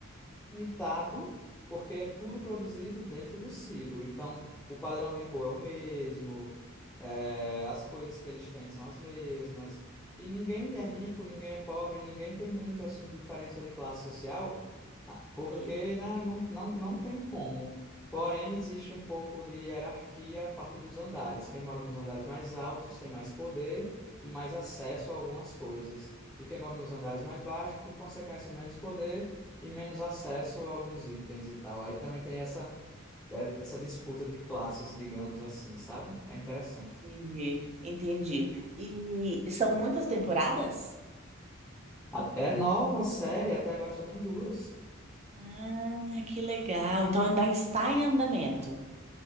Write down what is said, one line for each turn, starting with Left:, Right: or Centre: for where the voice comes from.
Centre: limitado, porque é tudo produzido dentro do silo. Então, o padrão de cor é o mesmo, é, as coisas que eles têm são as mesmas. E ninguém é rico, ninguém é pobre, ninguém tem muito assim diferença de classe social, ah, porque
Right: Sei.
Centre: né, não, não, não tem como. Porém, existe um pouco de hierarquia a partir dos andares. Quem mora nos andares mais altos tem mais poder e mais acesso a algumas coisas. E quem mora nos andares mais baixos, por consequência, menos poder e menos acesso a alguns itens e tal. Aí também tem essa, eh, essa disputa de classes, digamos assim, sabe? É interessante.
Right: Entendi, entendi. E são muitas temporadas?
Centre: Até nova série, até agora só tem duas.
Right: Ah, que legal. Então ainda está em andamento.